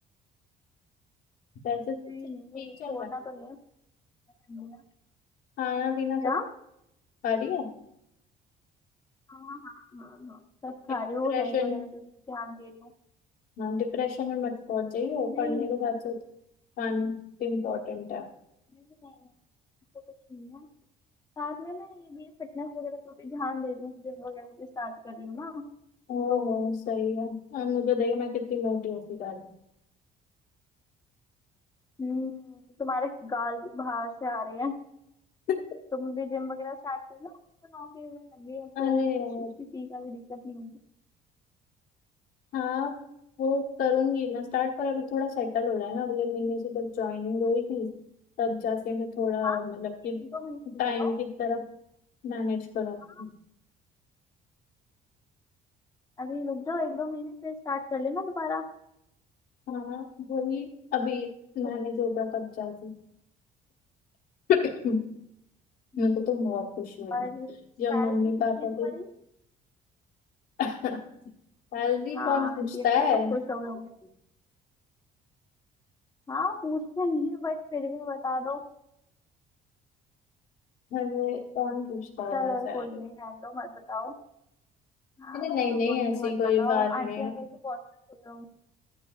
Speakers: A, on the left (about 70°); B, on the left (about 20°).
A: वैसे तो
B: नहीं
A: सब
B: नहीं
A: ठीक
B: छोड़ना
A: चल रहा है
B: तो नहीं है पता करनी है।
A: खाना पीना
B: क्या
A: सब खा रही है
B: हाँ हाँ हाँ हाँ सब खा
A: डिप्रेशन
B: रही हूँ हेल्थ वगैरह पे भी ध्यान दे रही हूँ
A: हाँ डिप्रेशन में मत पहुंच जाइए
B: नहीं
A: पढ़ने
B: नहीं
A: के साथ साथ खाना भी इम्पोर्टेंट है
B: नहीं नहीं नहीं, ऐसा कुछ नहीं है साथ में मैं ये भी फिटनेस वगैरह पे भी ध्यान दे रही हूँ जिम वगैरह भी स्टार्ट कर रही हूँ ना
A: ओहो
B: तो
A: सही है अब मुझे देख मैं कितनी मोटी होती जा रही हूँ।
B: हम्म तुम्हारे गाल भी बाहर से आ रहे हैं
A: <laughs>
B: तुम भी जिम वगैरह स्टार्ट कर लो तो नौकरी वगैरह लग गई अब
A: अरे
B: तो कुछ
A: यार
B: उसकी फी का भी दिक्कत नहीं होगी
A: हाँ वो करूंगी मैं स्टार्ट पर अभी थोड़ा सेटल हो जाए ना अगले महीने से जब ज्वाइनिंग हुई थी तब जाके मैं थोड़ा
B: हाँ अभी
A: मतलब कि
B: एक दो महीने रुक
A: टाइम
B: जाओ
A: की तरफ मैनेज करूंगी
B: हाँ, अभी रुक जाओ एक दो महीने फिर स्टार्ट कर लेना दोबारा
A: हाँ वही अभी मैनेज
B: सब।
A: होगा तब जाके <coughs>
B: हम्म,
A: मेरे को तो बहुत खुशी हुई
B: और
A: है
B: सैलरी
A: जब मम्मी
B: कितनी
A: पापा
B: है तुम्हारी
A: को <laughs> सैलरी
B: हाँ
A: कौन
B: आंटी
A: पूछता
B: अंकल
A: है
B: तो खुश हो गए होंगे हाँ पूछते नहीं है बट फिर भी बता दो
A: मैंने कौन पूछता है
B: चलो
A: यार सैलरी
B: कोई नहीं जान दो मत बताओ हाँ
A: नहीं नहीं
B: चलो
A: नहीं,
B: कोई नहीं
A: ऐसी
B: मत
A: कोई
B: बताओ
A: बात नहीं
B: आंटी
A: है
B: अंकल तो बहुत खुश हो गए होंगे